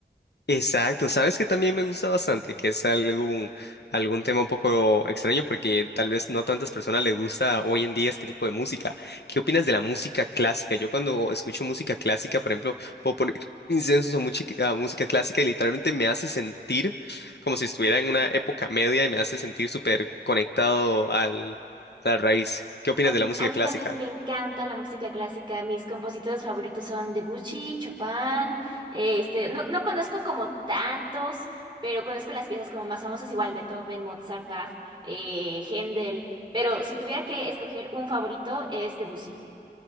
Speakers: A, on the left (about 70°); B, on the right (about 25°).
A: Exacto, sabes que también me gusta bastante, que es algún, algún tema un poco extraño porque tal vez no a tantas personas les gusta hoy en día este tipo de música. ¿Qué opinas de la música clásica? Yo cuando escucho música clásica, por ejemplo, puedo poner <laughs> incensos o música, música clásica y literalmente me hace sentir como si estuviera en una época media y me hace sentir súper conectado al, a la raíz. ¿Qué opinas
B: A mí,
A: de la música
B: a mí
A: clásica?
B: también me encanta la música clásica. Mis compositores favoritos son Debuchy, Chopin. eh, Este, no, no conozco como tantos, pero conozco las piezas como más famosas, igual Beethoven, Mozart, Bach, eh, Händel. Pero si tuviera que escoger un favorito es Debussy.